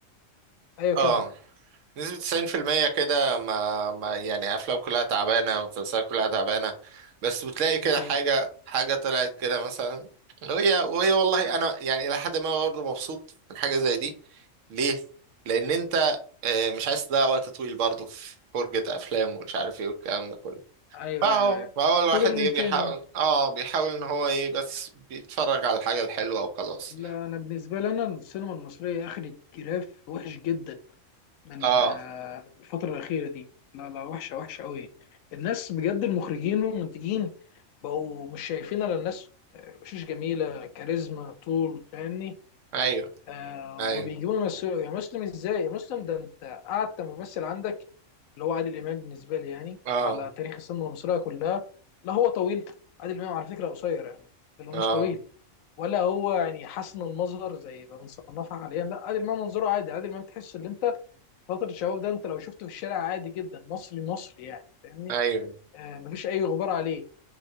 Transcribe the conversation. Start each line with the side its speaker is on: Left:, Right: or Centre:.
Left: ايوه كمل
Right: اه نسبة 90% كده ما, ما يعني أفلام كلها تعبانة مسلسلات كلها تعبانة بس بتلاقي كده
Left: ده حقيقي
Right: حاجة حاجة طلعت كده مثلا وهي وهي والله أنا يعني إلى حد ما برضه مبسوط من حاجة زي دي ليه؟ لأن أنت آه، مش عايز تضيع وقت طويل برضه في فرجة أفلام ومش عارف إيه والكلام ده كله
Left: ايوه
Right: فهو
Left: ايوه ايوه
Right: فهو الواحد
Left: قدر الامكان
Right: إيه بيحاول
Left: يعني
Right: آه بيحاول إن هو إيه بس بيتفرج على الحاجة الحلوة وخلاص
Left: لا انا بالنسبه لي انا السينما المصريه اخدت جراف وحش جدا من
Right: آه
Left: آه، الفتره الاخيره دي لا لا وحشه وحشه قوي الناس بجد المخرجين والمنتجين بقوا مش شايفين الا الناس آه، وشوش جميله كاريزما طول فاهمني
Right: أيوه
Left: آه
Right: أيوه
Left: وبيجيبوا يمثلوا يا مسلم ازاي يا مسلم ده انت قعدت ممثل عندك اللي هو عادل امام بالنسبه لي يعني
Right: آه
Left: على تاريخ السينما المصريه كلها لا هو طويل عادل امام على فكره قصير يعني اللي هو
Right: آه
Left: مش طويل ولا هو يعني حسن المظهر زي ما بنصنفها حاليا لا عادل امام منظره عادي عادل امام تحس ان انت فتره الشباب ده انت لو شفته في الشارع عادي جدا مصري مصري يعني فاهمني
Right: أيوه
Left: آه مفيش اي غبار عليه